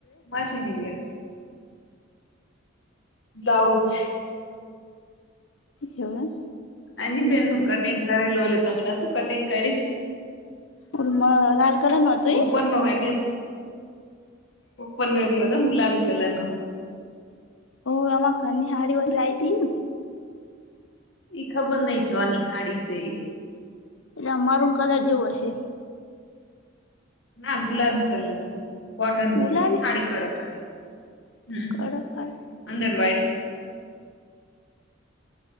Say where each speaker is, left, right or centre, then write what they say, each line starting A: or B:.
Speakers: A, on the left; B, on the left.
A: માશિની બે. બ્લાઉઝ.
B: એવું એમ.
A: આની બેનનું કટિંગ કરેલું ઓલું તમે નતું કટિંગ કર્યું.
B: ઓલું મા લાલ. કલર નું હતું
A: ઉપર
B: એ
A: નો એકલો ઉપર નો એકલો હતોમ ગુલાબી કલર નો.
B: તોમાં ઘર ની હાડીઓ લાઈ હતી.
A: ઈ ખબર નહી છ નિ હાડી સે ઈ.
B: એ મરુન કલર જેઉ હશે.
A: ના ગુલાબી કલર નું કોટન
B: હું
A: જેવી
B: લાવી
A: હેને હાડી કડક હાડી. હમ્મ
B: કડક હારી
A: અંદર વાયટ.